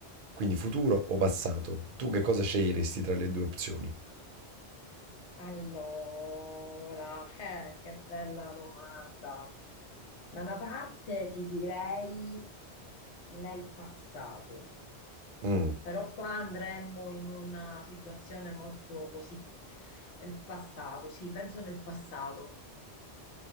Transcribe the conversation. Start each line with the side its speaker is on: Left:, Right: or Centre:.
Right: quindi futuro o passato. Tu che cosa sceglieresti tra le due opzioni?
Left: Allora, eh, che bella domanda. Da una parte ti direi nel passato,
Right: Mm.
Left: però qua andremmo in una situazione molto così, nel passato, sì, penso nel passato.